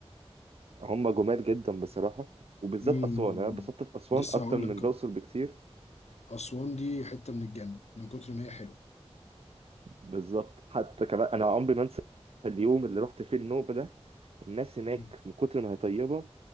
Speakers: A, on the right; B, on the left.
A: هم جمال جدا بصراحة وبالذات
B: مم.
A: اسوان انا اتبسطت في اسوان
B: لسه
A: اكتر
B: هقول
A: من
B: لك
A: الاقصر بكتير
B: اسوان دي حته من الجنه من كتر ما هي حلوه
A: بالظبط حتى كمان انا عمري ما انسى اليوم اللي رحت فيه النوبة ده الناس هناك
B: مم.
A: من كتر ما هي طيبه